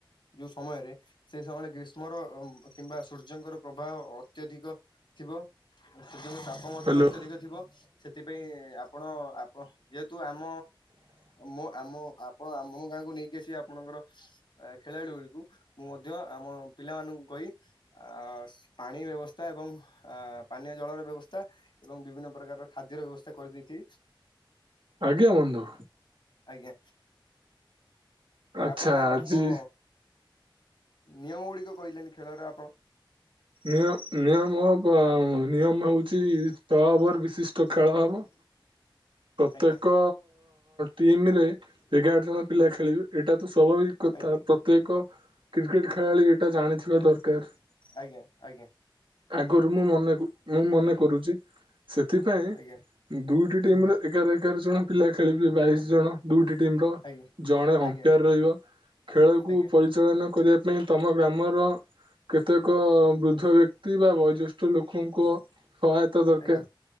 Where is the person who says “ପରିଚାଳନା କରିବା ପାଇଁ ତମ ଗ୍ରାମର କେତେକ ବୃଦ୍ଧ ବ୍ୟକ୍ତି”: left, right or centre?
Right